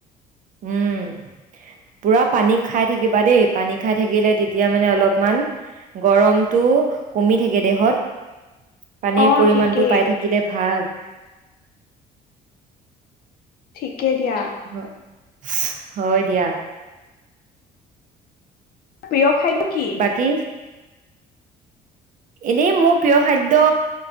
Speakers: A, on the right; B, on the left.
A: উম, পোৰা পানী খাই থাকিবা দেই, পানী খাই থাকিলে তেতিয়া মানে অলপমান গৰমটো কমি থাকে দেহত। পানীৰ
B: অ
A: পৰিমানটো
B: ঠিকেই
A: পাই থাকিলে ভাল।
B: ঠিক কেতিয়া?
A: হ- হয় দিয়া।
B: প্ৰিয় খাদ্য কি?
A: বাকী এনেই মোৰ প্ৰিয় খাদ্য